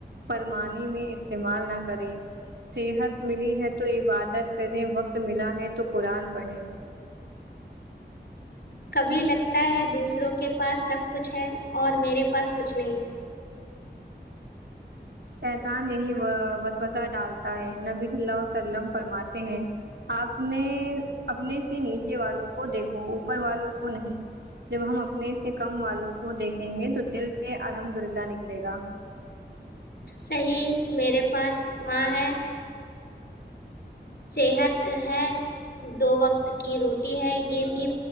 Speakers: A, on the right; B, on the left.
A: پرمانی میں استعمال نہ کریں صحت ملی ہے تو عبادت کریں وقت ملا ہے تو قرآن پڑھیں
B: کبھی لگتا ہے دوسروں کے پاس سب کچھ ہے اور میرے پاس کچھ نہیں
A: شیطان یہی و وسوس ڈالتا ہے نبی صلی اللہ علیہ وسلم فرماتے ہیں آپ نے ے اپنے سے نیچے والوں کو دیکھو اوپر والوں کو نہیں جب ہم اپنے سے کم والوں کو دیکھیں گے تو دل سے الحمد للہ نکلے گا
B: صحیح میرے پاس ماں ہے صحت ہے دو وقت کی روٹی ہے یہ بھی